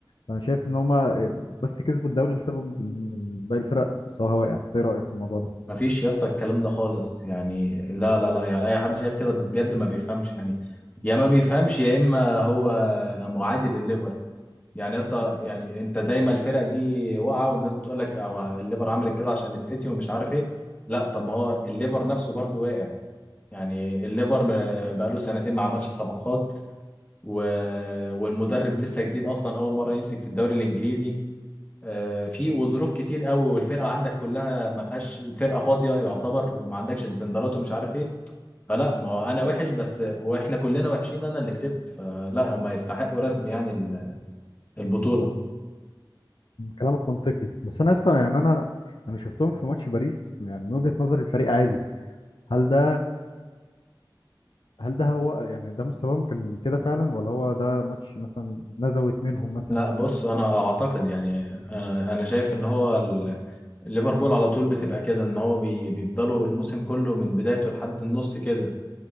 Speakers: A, on the left; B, on the left.
A: فانا شايف ان هما آه، بس كسبوا الدوري لسبب إن باقي الفرق مستواها واقع إنت ايه رايك في الموضوع ده
B: ما فيش يا اسطى الكلام ده خالص يعني لا لا لا يعني اي حد شايف كده بجد ما بيفهمش يعني يا ما بيفهمش يا اما هو معادي لليفر يعني يا اسطى يعني انت زي ما الفرق دي واقعه والناس بتقول لك او الليفر عملت كده عشان السيتي ومش عارف ايه لا طب ما هو الليفر نفسه برضه واقع يعني الليفر ب- بقاله سنتين ما عملش صفقات و... والمدرب لسه جديد اصلا اول مره يمسك في الدوري الانجليزي آه، في وظروف كتير قوي والفرقه عندك كلها ما فيهاش الفرقه فاضيه يعتبر وما عندكش ديفندرات ومش عارف ايه فلا ما انا وحش بس واحنا كلنا وحشين انا اللي كسبت فلا هما يستحقوا رسمي يعني ال- البطوله
A: كلامك منطقي بس انا اصلا يعني انا انا شفتهم في ماتش باريس يعني من وجهة نظر الفريق عادي هل ده هل ده هو يعني ده مستواهم كان كده فعلا ولا هو ده ماتش مثلا نزوت منهم مثلا
B: لا بص انا اعتقد يعني انا انا شايف ان هو ال- ليفربول على طول بتبقى كده ان هو بي- بيفضلوا الموسم كله من بدايته لحد النص كده